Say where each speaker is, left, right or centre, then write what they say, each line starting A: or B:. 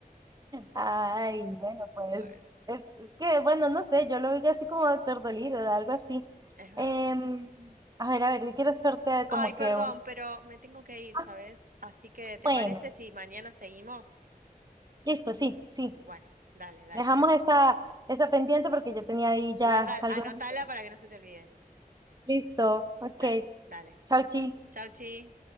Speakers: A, on the right; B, on the right.
A: Ay, bueno, pues
B: Bueno,
A: es, es que, bueno, no sé, yo lo vi así como Doctor Dolittle, algo así.
B: es verdad.
A: Em, a ver, a ver, yo quiero hacerte
B: Ay,
A: como
B: perdón,
A: que un...
B: pero me tengo que ir, ¿sabes?
A: Ah,
B: Así que, ¿te
A: bueno,
B: parece si mañana seguimos?
A: listo, sí, sí.
B: Bueno, dale, dale,
A: Dejamos
B: dale.
A: esa, esa pendiente porque yo tenía ahí ya
B: Guarda,
A: algunas
B: anotala
A: ideas.
B: para que no se te olvide.
A: Listo, ok.
B: Dale, dale.
A: Chau, chi.
B: Chau, chi.